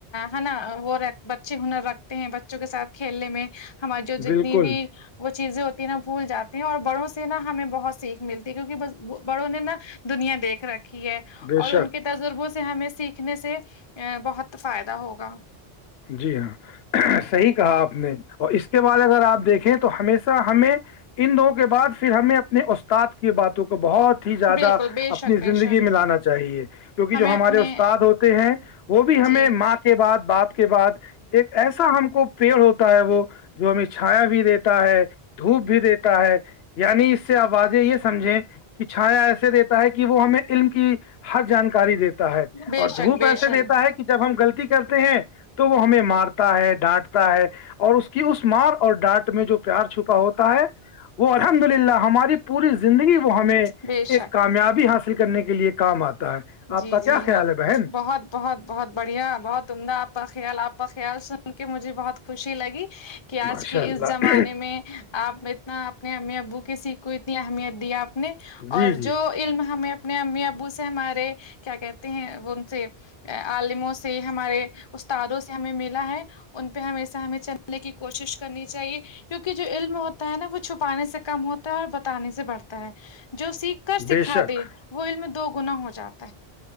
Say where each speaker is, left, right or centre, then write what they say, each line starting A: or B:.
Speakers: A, on the left; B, on the left.
A: ہے نا وہ بچے ہنر رکھتے ہیں بچوں کے ساتھ کھیلنے میں ہماری جو جتنی
B: بالکل
A: بھی وہ چیزیں ہوتی ہیں نا بھول جاتے ہیں اور بڑوں سے نا ہمیں بہت سیکھ ملتی ہے کیونک ب بڑوں نے نا دنیا دیکھ رکھی ہے
B: بے
A: اور ان
B: شک
A: کے تجربوں سے ہمیں سیکھنے سے ا بہت فائدہ ہوگا
B: جی ہاں صحیح کہا آپ نے اور اس کے بعد اگر آپ دیکھیں ہمیشہ ہمیں ان دوں کے بعد پھر ہمیں اپنے استاد کی باتوں کو بہت ہی زیادہ
A: بالکل بے
B: اپنی
A: شک بے
B: زندگی
A: شک
B: میں لانا چاہیے کیونکہ
A: ہمیں
B: جو ہمارے
A: اپنے
B: استاد ہوتے ہیں وہ بھی ہمیں
A: جی
B: ماتات کے بعد باپ کے بعد ایک ایسا ہم کو پیڑ ہوتا ہے وہ جو ہمیں چھایا بھی دیتا تا ہے دھوپ بھی دیتا ہے یعنی اس سے آوازیں یہ سمجھیں کہ چھایا ایسے دیتا ہے کہ وہ ہمیں علم کی ہر جانکاری دیتا ہے
A: بے
B: اور
A: شک
B: دھوپ
A: بے
B: ایسے
A: شک
B: دیتا ہے کہ جب ہم غلطی کرتے ہیں تو وہ ہمیں مارتا ہے ڈانٹتا ہے اور اس کی اس مار اور ڈانٹ میں جو پیار چھپا ہوتا ہے وہ الحمد للہ ہماری پوری زندگی وہ ہمیں ایک
A: بے شک
B: کامیابی حاصل کرنے کے لیئے کام آتا ہے آپ
A: جی
B: کا
A: جی
B: کیا خیال ہے بہن
A: بہت بہت بہت بڑھیا بہت عمدہ آپ کا خیال آپ کا خیال سن کے مجھے بہت خوشی لگی کہ آج
B: ماشاء
A: کے
B: اللہ
A: اس زمانے میں آپ اتنا اپنے امی ابو کی سیکھ کو اتنی اہمیت دیا آپ نے
B: جی
A: اور
B: جی
A: جو علم ہمیں اپنے امی ابو سے ہمارے کیا کہتے ہیں وہ ان سے عالموں سے ہمارے استادوں سے ہمیں ملا ہے ان پہ ہمیشہ ہمیں چلنے کی کوشش کرنی چاہیے کیونکہ جو علم ہوتا ہے نا وہ چھپانے سےک کم ہوتا ہے اور بتانے سے بڑھتا ہے جو سیکھ کر سکھا
B: بے شک
A: دے وہ علم دو گنا ہو جاتا